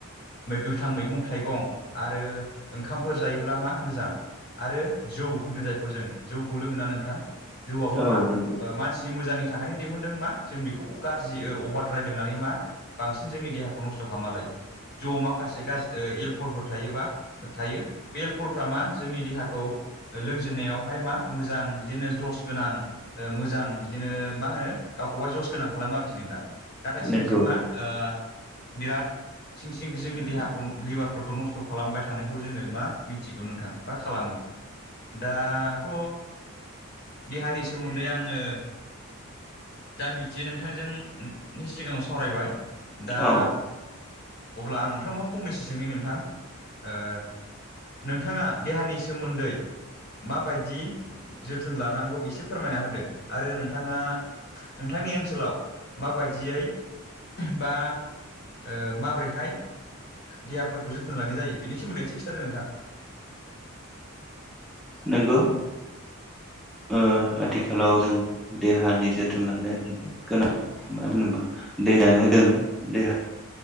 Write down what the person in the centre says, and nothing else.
औ
नंगौ
नंगौ
औ
नोंगौ। ओ आथिखालाव
जों देहानि जोथोन लानाया जोबोद गोनां मानो होनोबा देहायानो
दोन देहा